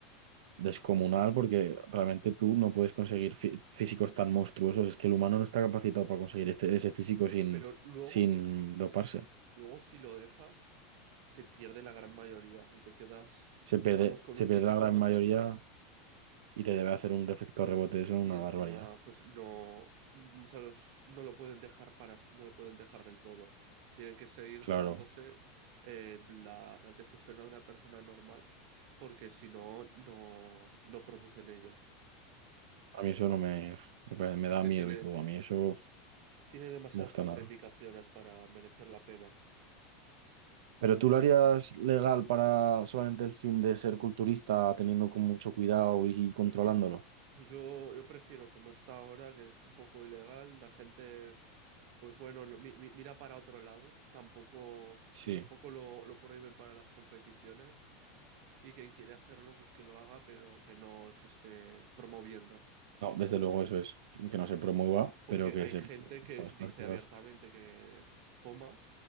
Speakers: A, on the right; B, on the right.
A: descomunal porque realmente tú no puedes conseguir fí- físicos tan monstruosos. Es que el humano no está capacitado para conseguir
B: Sí.
A: este, ese físico sin,
B: Pero luego,
A: sin doparse.
B: luego si lo dejas, se pierde la gran mayoría y te quedas,
A: Se pierde,
B: digamos, con
A: se
B: un
A: pierde
B: físico
A: la gran
B: más
A: mayoría
B: natural.
A: y te debe hacer un efecto rebote, eso es
B: Y
A: una
B: encima,
A: barbaridad.
B: pues no, muchos no lo pueden dejar para, no lo pueden dejar del todo. Tienen que seguir
A: Claro,
B: tomándose eh, la, la testosterona de una persona normal, porque si no, no, no producen ellos.
A: a mí eso no me, me, parece- me
B: Es
A: da
B: que
A: miedo
B: tiene,
A: y todo, a mí eso no
B: tiene demasiadas
A: me gusta
B: contraindicaciones
A: nada.
B: para merecer la pena.
A: Pero tú lo harías legal para solamente el fin de ser culturista, teniendo con mucho cuidado y controlándolo.
B: Yo, yo prefiero, como está ahora, que es un poco ilegal, la gente, pues bueno, lo- mi- mi- mira para otro lado. Tampoco,
A: Sí,
B: tampoco lo, lo prohíben para las competiciones. Y quien quiere hacerlo, pues que lo haga, pero que no se esté promoviendo.
A: no, desde luego eso es, que no se promueva,
B: Porque
A: pero que
B: hay
A: se...
B: gente que
A: pues, estas
B: dice
A: cosas.
B: abiertamente que toma